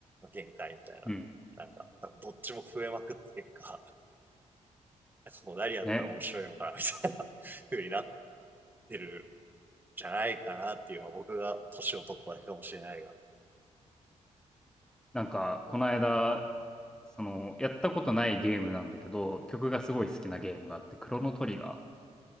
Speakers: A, on the right; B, in the centre.
A: 限界みたいな。
B: うん。
A: なんか、多分どっちも増えまくった結果、<laughs> なんかもう何やったら面白いのかな、
B: ね。
A: みたいな風になってるんじゃないかなっていう、まあ僕が年を取っただけかもしれないが。
B: なんか、この間、その、やったことないゲームなんだけど、曲がすごい好きなゲームがあって、クロノトリガー。